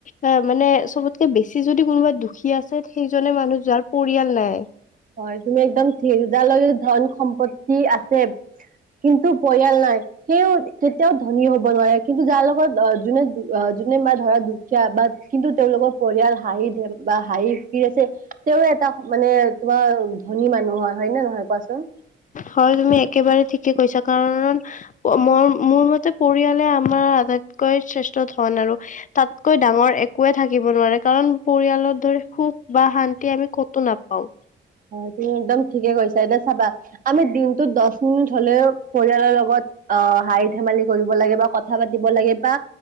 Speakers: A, on the left; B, on the right.
A: অ', মানে চবতকে বেছি যদি কোনোবা দুখীয়া আছে সেইজনে মানুহ যোৱাৰ পৰিয়াল নাই।
B: হয়। তুমি একদম ঠিক, যাৰ লগত যদি ধন সম্পত্তি আছে। কিন্তু পৰিয়াল নাই। সেও কেতিয়াও ধনী হ'ব নোৱাৰে, কিন্তু যাৰ লগত অ' যোনে যোনে ম ধৰা দুখ শিকা বা কিন্তু তেওঁলোকৰ পৰিয়াল হাঁহি ধে বা হাঁহি ফুৰ্টি আছে তেওঁ এটা মানে তোমাৰ ধনী মানুহৰ হয় নে নহয় কোৱাচোন?
A: হয়, তুমি একেবাৰে ঠিকে কৈছা। কাৰণ মই মোৰ মতে পৰিয়ালে আমাৰ আটাইতকৈ চেষ্টা ধন আৰু তাতকৈ ডাঙৰ একোৱে থাকিব নোৱাৰে কাৰণ পৰিয়ালৰ ধৰে সুখ বা শান্তি আমি কতো নাপাও।
B: হয় তুমি একদম ঠিকে কৈছা এতিয়া চাবা আমি দিনটো দহ মিনিট হলেও পৰিয়ালৰ লগত অ হাঁহি ধেমালি কৰিব লাগে বা কথা পাতিব লাগে বা